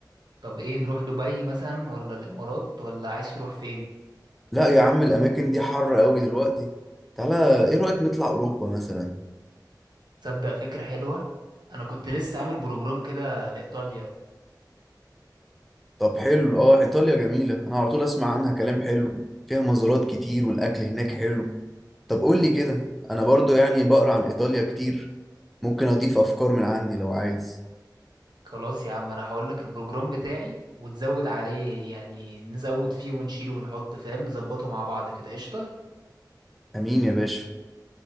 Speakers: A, on the right (about 70°); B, in the centre.
A: طب ايه نروح دبي مثلا ولا الامارات ولا عايز تروح فين
B: لا يا عم الاماكن دي حر قوي دلوقتي تعالى ايه رأيك نطلع اوروبا مثلا
A: تصدق فكره حلوه انا كنت لسه عامل بروجرام كده لايطاليا
B: طب حلو اه ايطاليا جميلة انا على طول اسمع عنها كلام حلو فيها مزارات كتير والاكل هناك حلو طب قول لي كده انا برضو يعني بقرا عن ايطاليا كتير ممكن اضيف افكار من عندي لو عايز
A: خلاص يا عم انا هقول لك البروجرام بتاعي وتزود عليه يعني نزود فيه ونشيله ونحط فاهم نظبطه مع بعض كده قشطه
B: امين يا باشا